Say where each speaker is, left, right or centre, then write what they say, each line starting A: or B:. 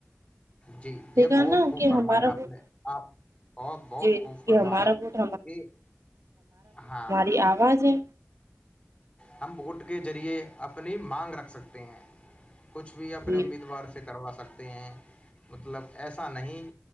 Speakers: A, on the left; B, on the right.
A: جی
B: ٹھیک
A: یہ
B: ہے
A: بہت
B: نا
A: خوب
B: کہ
A: فرمایا
B: ہمارا
A: آپ
B: ووٹ
A: نے آپ بہت بہت
B: جی جی
A: خوب فرمایا
B: کہ ہمارا ووٹ
A: کہ ہاں
B: یی آواز ہے
A: ہم ووٹ کے ذریعے اپنی مانگ رکھ سکتے ہیں کچھ بھی اپنے
B: جی
A: امیدوار سے کروا سکتے ہیں مطلب ایسا نہیں